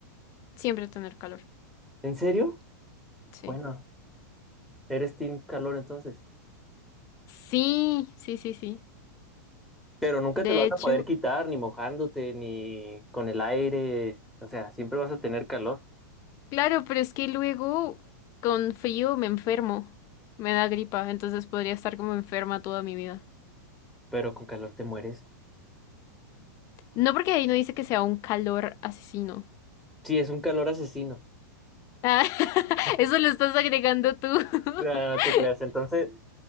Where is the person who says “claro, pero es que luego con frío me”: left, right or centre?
Left